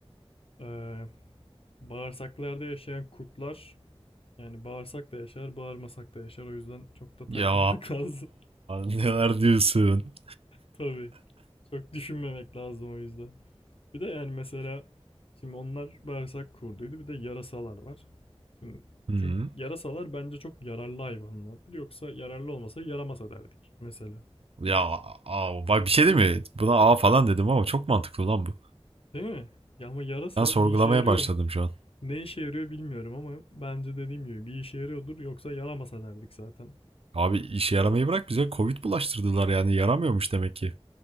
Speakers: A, on the left; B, on the right.
A: Ee, bağırsaklarda yaşayan kurtlar yani bağırsak da yaşar, bağırmasak da yaşar. O yüzden çok da
B: Ya
A: takmamak <laughs> lazım.
B: neler diyorsun?
A: Tabii. Çok düşünmemek lazım o yüzden. Bir de yani mesela şimdi onlar bağırsak kurduydu. Bir de yarasalar var. Şimdi
B: Hı.
A: çünkü yarasalar bence çok yararlı hayvanlardır. Yoksa yararlı olmasa yaramasa derdik mesela.
B: Ya aa, bak bir şey değil mi? Buna A falan dedim ama çok mantıklı lan bu.
A: Değil mi? Ya ama yarasa
B: Ben sorgulamaya
A: bir işe yarıyor
B: başladım
A: mu?
B: şu an.
A: Ne işe yarıyor bilmiyorum ama bence dediğim gibi bir işe yarıyordur yoksa yaramasa derdik zaten.
B: Abi işe yaramayı bırak bize Covid bulaştırdılar yani yaramıyormuş demek ki.